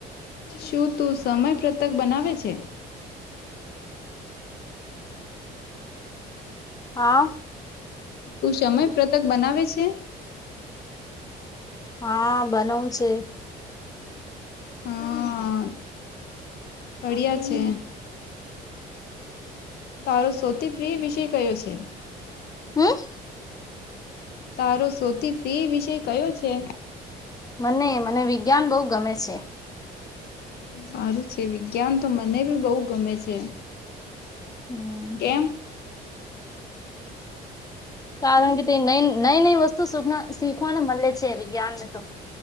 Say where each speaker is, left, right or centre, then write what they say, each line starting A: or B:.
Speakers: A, on the left (about 70°); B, on the left (about 20°).
A: શું તું સમય પતક બનાવે છે
B: હા
A: તું સમય પતક બનાવે છે.
B: હા બનાવું છે
A: હમ કરિયા છે. તારો સૌતી પ્રિય વિષય કયો છે.
B: હમ.
A: તારો સૌથી પ્રિય વિષય કયો છે.
B: મને મને વિજ્ઞાન બહુ ગમે છે.
A: સારું છે વિજ્ઞાન તો મને ભી બહુ ગમે છે.
B: હમ
A: કેમ
B: કારણ કે તે નઈ નઈ વસ્તુખ શીખવાને મળે છે વિજ્ઞાન ને તો.